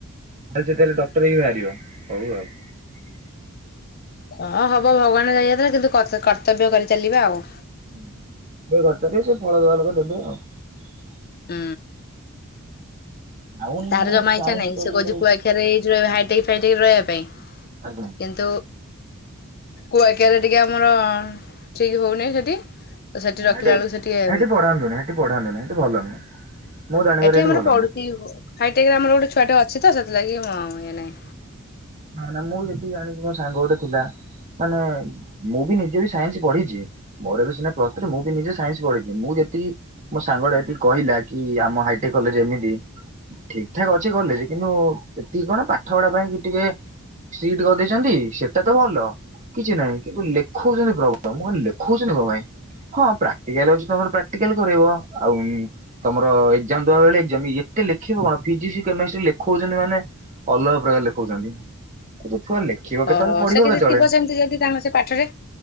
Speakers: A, on the right; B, on the left.
A: ସେ ତାହେଲେ ସେ ତାହେଲେ ଡକ୍ଟର ହେଇକି ବାହାରିବ, ହଉ ଆଉ।
B: ହଁ ହବ ଭଗବାନ <unintelligible> କିନ୍ତୁ କର୍ତ୍ତବ୍ୟ କରି ଚାଲିବା ଆଉ।
A: ହୁଁ କରିପାରିବେ ସେ <unintelligible>
B: ହୁଁ।
A: ଟାଉନ
B: ତାର ଜମା
A: ସାଇନ୍ସ
B: ଇଚ୍ଛା ନାଇଁ
A: କଲେଜ
B: ସେ କହୁଛି, କୁଆଖିଆରେଇ ଏଇ ଯୋଉ ହାଇଟେକ୍ ଫାଇଟେକ୍ ରେ ରହିବା ପାଇଁ।
A: ଆଜ୍ଞା।
B: କିନ୍ତୁ କୁଆଖୀଆରେ ଟିକେ ଆମର ଠିକ ହଉନି ସେଠି। ତ
A: ସେଠି
B: ରଖିଲା ବେଳକୁ ସେ ଟିକେ
A: ସେଠି ପଢାନ୍ତୁନି ସେଠି ପଢାନ୍ତୁନି ସେଠି ଭଲ ନୁହଁ। ମୁଁ ଜାଣିବାରେ
B: ଏଠି
A: ହେଠି
B: ଆମର
A: ଭଲ
B: ପଡୁଛି
A: ନୁହଁ।
B: <unintelligible> ହାଇଟେକ୍ ରେ ଆମର ଗୋଟେ ଛୁଆଟେ ଅଛି ତ, ସେଥିଲାଗି ମୁଁ ଇଏ ନାଇଁ।
A: ହଁ ନା ମୁଁ ଯେତିକି ଜାଣିଛି ମୋ ସାଙ୍ଗ ଗୋଟେ ଥିଲା। ମାନେ ମୁଁ ବି ନିଜେ ବି ସାଇନ୍ସ ପଢିଛି, ମୋର ଏବେ ସିନା ପ୍ଲସ ଥ୍ରି ମୁଁ ବି ନିଜେ ସାଇନ୍ସ ପଢ଼ିଛି। ସେଠି ମୋ ସାଙ୍ଗଟା ଏତିକି କହିଲା କି ଆମ ହାଇଟେକ୍ କଲେଜ ଏମିତି। ଠିକ ଠାକ ଅଛି କଲେଜ କିନ୍ତୁ ଏତିକି କଣ ପାଠ ପଢା ପାଇଁ ଟିକେ ସିଟ କରିଦେଇଛନ୍ତି ସେଟା ତ ଭଲ। କିଛି ନାହିଁ କିନ୍ତୁ ଲେଖଉଛନ୍ତି ପ୍ରବଳ ମୁଁ <unintelligible> ଲେଖଉଛନ୍ତି <unintelligible> ପାଇଁ? ହଁ ପ୍ରାକ୍ଟିକାଲ ଅଛି ତମର ପ୍ରାକ୍ଟିକାଲ କରେଇବ ଆଉ ତମର ଏଗଜାମ ଦବା ବେଳେ ଏଗଜାମ ଏ ଏତେ ଲେଖିବେ କଣ ଫିଜିକ୍ସ କେମିଷ୍ଟ୍ରି ଲେଖୋଉଚନ୍ତି ମାନେ ଅଲଗା ପ୍ରକାର ଲେଖୋଉଚନ୍ତି। ଛୁଆ ଲେଖିବ କେତେବେଳେ
B: ଓହୋ
A: ପଢିବ
B: ସେ କିଛି
A: କେତେବେଳେ?
B: ଥିବ ସେମିତି ଯଦି ତାଙ୍କ ସେ ପାଠରେ